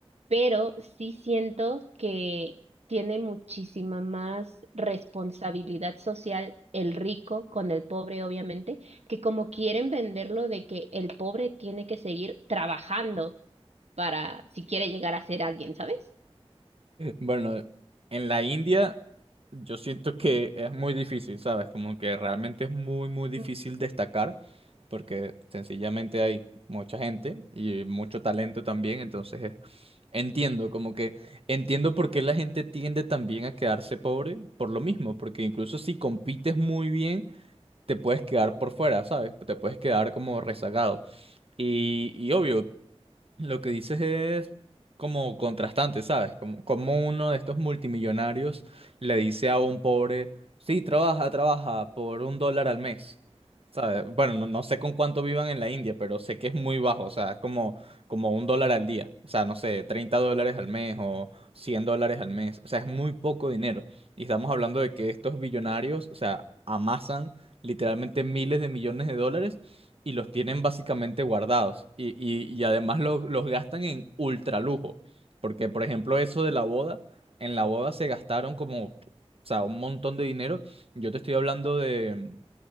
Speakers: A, on the right; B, on the right.
A: Pero sí siento que tiene muchísima más responsabilidad social el rico con el pobre, obviamente, que como quieren venderlo de que el pobre tiene que seguir trabajando para si quiere llegar a ser alguien, ¿sabes?
B: Bueno, en la India yo siento que es muy difícil, ¿sabes? Como que realmente es muy, muy difícil
A: Ujú,
B: destacar porque sencillamente hay mucha gente y mucho talento también, entonces eh, entiendo, como que entiendo por qué la gente tiende también a quedarse pobre por lo mismo, porque incluso si compites muy bien te puedes quedar por fuera, ¿sabes? Te puedes quedar como rezagado. Y, y obvio, lo que dices es como contrastante, ¿sabes? Como, como uno de estos multimillonarios le dice a un pobre, sí, trabaja, trabaja por un dólar al mes. ¿Sabes? Bueno, no, no sé con cuánto vivan en la India, pero sé que es muy bajo, o sea, es como, como un dólar al día. O sea, no sé, 30 dólares al mes o 100 dólares al mes. O sea, es muy poco dinero. Y estamos hablando de que estos billonarios, o sea, amasan literalmente miles de millones de dólares y los tienen básicamente guardados. Y, y- y además los, los gastan en ultra lujo Porque, por ejemplo, eso de la boda, en la boda se gastaron como, o sea, un montón de dinero. Yo te estoy hablando de